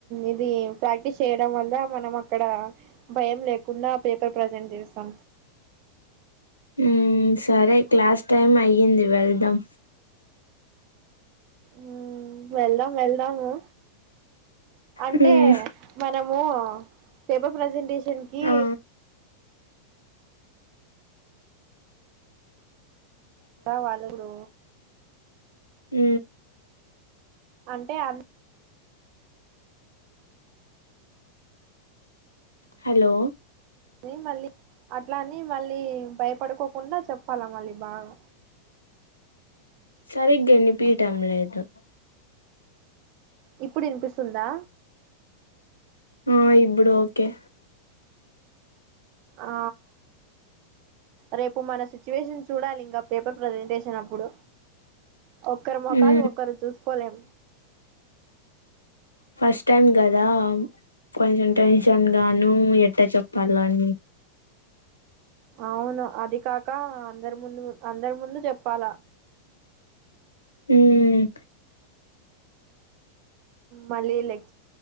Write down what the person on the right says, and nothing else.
ఇది ప్రాక్టీస్ చేయడం వల్ల మనం అక్కడ భయం లేకుండా పేపర్ ప్రజెంట్ చేస్తాం
ఉమ్ వెళ్దాం వెళ్దాము అంటే
మనం వో ఆ పేపర్ ప్రజెంటేషన్ కి
ఎలా వాళ్ళగుడు
అంటే అన్
అనీ మళ్ళీ అట్లాని మళ్ళీ భయపడుకోకుండా చెప్పాలా మళ్ళీ బాగా
ఇప్పుడు వినిపిస్తుందా
ఆ రేపు మన సిచ్యువేషన్ చూడాలి ఇంకా పేపర్ ప్రజెంటేషన్ అప్పుడు ఒక్కరి మొకాలు
ఒకరు చూసుకోలేం
అవును అది కాక అందరి ముందు అందరి ముందు చెప్పాల
మళ్ళి లేక్